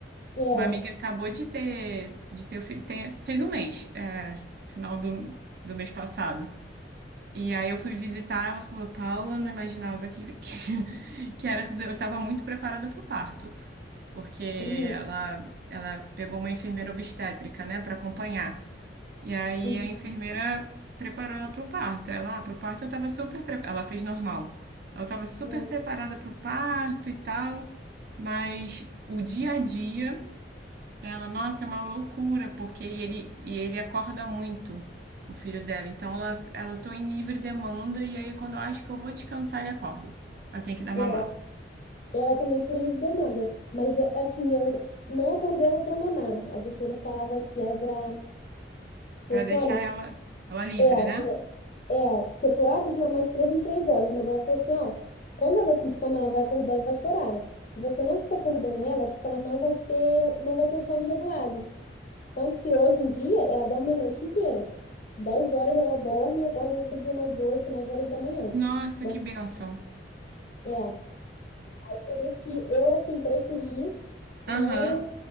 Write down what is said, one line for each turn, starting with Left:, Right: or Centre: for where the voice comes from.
Left: é.
Right: Uma amiga acabou de ter, de ter, o fi- tem- fez um mês, é, final do, do mês passado. E aí eu fui visitar, ela falou, Paula, eu não imaginava que, que, <laughs> que era tudo. Eu estava muito preparada para o parto, porque
Left: Uhum,
Right: ela, ela pegou uma enfermeira obstétrica, né, para acompanhar. E aí
Left: uhum,
Right: a enfermeira preparou ela para o parto. Ela, ah, para o parto eu estava super, pre- ela fez normal. Ela estava super
Left: é.
Right: preparada para o parto e tal, mas o dia a dia, ela, nossa, é uma loucura, porque ele e ele acorda muito, o filho dela. Então ela, ela tô em livre demanda e aí quando eu acho que eu vou descansar, ele acorda. Ela tem que dar mamar
Left: É, é. ela também foi livre demanda, mas é, assim, eu não acordei ela para mamar. A doutora falava que era para. Falou
Right: para
Left: assim:
Right: deixar
Left: olha,
Right: ela ela livre,
Left: é,
Right: né?
Left: falou, É, porque falou, ah, tem que mamar de três em três horas. Mas ela falou assim, ó, quando ela sentir fome, ela vai acordar e vai chorar. Você não fica acordando ela porque ela não vai ter, não vai ter o sono regulado. Tanto que hoje em dia ela dorme a noite inteira. Dez horas ela dorme e acorda no outro dia umas oito, nove horas da manhã.
Right: Nossa,
Left: Dor-
Right: que bênção.
Left: É, aí por isso que eu, assim, preferi não
Right: Aham.